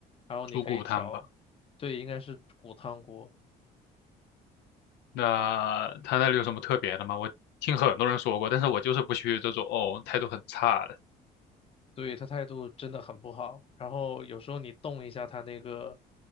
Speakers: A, on the left; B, on the left.
A: 然后你可以调，
B: 猪骨汤吧？
A: 对，应该是骨汤锅，
B: 那它那里有什么特别的吗？我听很多人说过，但是我就是不去这种哦态度很差的。
A: 对，他态度真的很不好。然后有时候你动一下他那个，